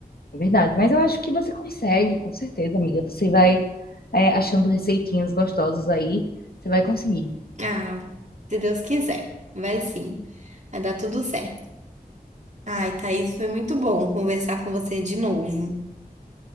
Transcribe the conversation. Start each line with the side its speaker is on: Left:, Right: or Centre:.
Left: É verdade, mas eu acho que você consegue, com certeza, amiga. Você vai, é, achando receitinhas gostosas aí, você vai conseguir.
Right: Ah, se Deus quiser, vai sim. Vai dar tudo certo. Ai, Thaís, foi muito bom conversar com você de novo.